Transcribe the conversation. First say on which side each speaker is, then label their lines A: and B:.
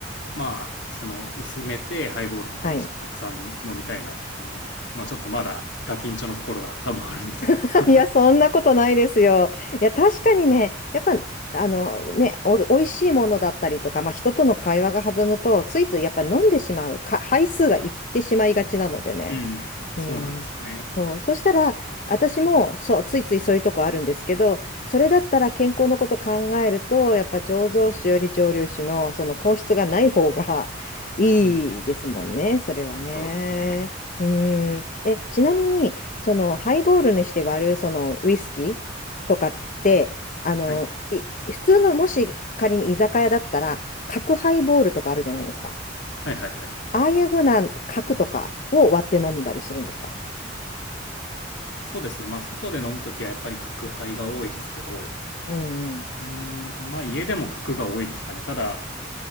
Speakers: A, on the left (about 65°); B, on the left (about 45°).
A: まあ、その薄めてハイボールとかにしてたくさん飲みたいなっていう。
B: はい。
A: まあちょっとまだガキンチョのところが多分あるんですよ。
B: <laughs>
A: <laughs>
B: いや、そんなことないですよ。いや、確かにね、やっぱ、あのね、お、美味しいものだったりとか、まあ、人との会話が弾むと、ついついやっぱ飲んでしまう、か、杯数がいってしまいがちなのでね。
A: うん、そうなんですよね。
B: うん。そう。そしたら、私も、そう、ついついそういうとこあるんですけど、それだったら健康のこと考えると、やっぱ醸造酒より蒸留酒の、その糖質がない方がいいですもんね、
A: うんうん。
B: それはね。
A: そうですね。
B: うん。え、ちなみに、そのハイボールにして割るそのウイスキーとかって、あの、
A: はい。
B: い、普通のもし仮に居酒屋だったら、角ハイボールとかあるじゃないですか。
A: はいはいはい。
B: ああいう風な角とかを割って飲んだりするんですか
A: そうですね。まあ、外で飲むときはやっぱり角杯が多いですけど、
B: うんうん。
A: うーん、まあ、家でも角が多いですかね。ただ、